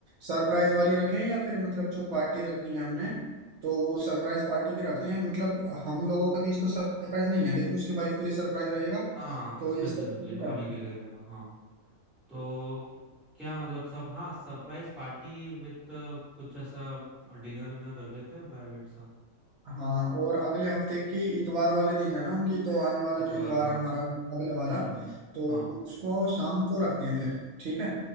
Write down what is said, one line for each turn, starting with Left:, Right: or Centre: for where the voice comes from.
Right: सरप्राइज वाली रखें या फिर मतलब जो पार्टी रखनी है हमने तो वो सरप्राइज पार्टी की रखते हैं मतलब हम लोगों के बीच तो सरप्राइज नहीं है लेकिन उसके वाइफ के लिए सरप्राइज रहेगा
Centre: हाँ
Right: तो
Centre: स्पेसिफिकली
Right: इस तरीके से
Centre: भाभी
Right: करते
Centre: के
Right: हैं
Centre: लिए रहेगा हाँ तो क्या मतलब सब हाँ सरप्राइज पार्टी विद कुछ ऐसा डिनर विनर रख लेते हैं प्राइवेट सा
Right: हाँ और अगले हफ्ते की इतवार वाले दिन है ना उनकी तो आने वाला
Centre: इतवार
Right: जो इतवार
Centre: हाँ
Right: है हमारा अगले
Centre: हम्म
Right: वाला
Centre: हम्म
Right: तो
Centre: हाँ
Right: उसको शाम को रखते हैं फिर ठीक है